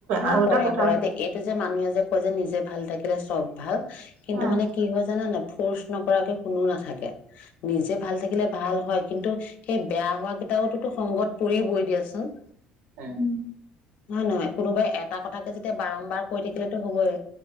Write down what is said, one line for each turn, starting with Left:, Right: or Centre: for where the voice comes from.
Left: ন'
Right: আৰু
Left: কৰে,
Right: এটা কথা
Left: কৰে দেই এইটো যে, মানুহে যে, কয় যে, নিজে ভাল থাকিলে চব ভাল কিন্তু
Right: উম
Left: মানে কি হয়, জানানে নাই ফৰ্চ নকৰাকে কোনো নাথাকে, নিজে ভাল থাকিলে ভাল হয়, কিন্তু সেই বেয়া হোৱা কিটাওতো সংগত পৰিবই দিয়াচোন।
Right: উম।
Left: হয় নহয় কোনোবাই এটা কথাকে যেতিয়া বাৰম্বাৰ কৈ থাকিলেতো হ'বই।